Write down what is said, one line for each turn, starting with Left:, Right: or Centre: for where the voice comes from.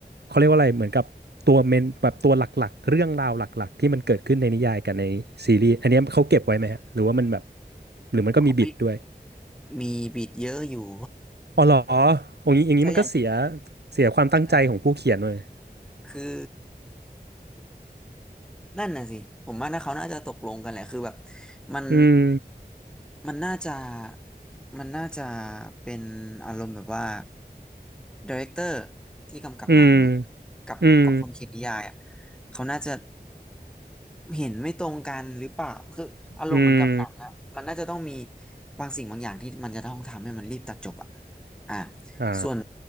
Right: เขาเรียกว่าอะไรเหมือนกับตัวเมนแบบตัวหลักๆเรื่องราวหลักๆที่มันเกิดขึ้นในนิยายกับในซีรีส์อันเนี้ยเขาเก็บไว้ไหมฮะหรือว่ามันแบบหรือมันก็มีบิดด้วย
Centre: เขาไม่มีบิดเยอะอยู่
Right: อ๋อเหรออย่างนี้อย่างนี้มันก็เสีย
Centre: <laughs> ใช่อย่าง
Right: เสียความตั้งใจของผู้เขียนเลย
Centre: ใช่คือ นั่นน่ะสิผมว่านะเขาน่าจะตกลงกันแหละคือแบบมัน
Right: อืม
Centre: มันน่าจะมันน่าจะเป็นอารมณ์แบบว่าดีเรคเตอร์ที่กำกับหนัง
Right: อืม
Centre: กับกับคนเขียนนิยายอ่ะ
Right: อืม
Centre: เขาน่าจะ เห็นไม่ตรงกันหรือเปล่าคืออารมณ์เหมือนกับหนังอะมันน่าจะต้องมี
Right: อืม
Centre: บางสิ่งบางอย่างที่มันจะต้องทำให้มันรีบตัดจบอะอ่า
Right: อ่า
Centre: ส่วน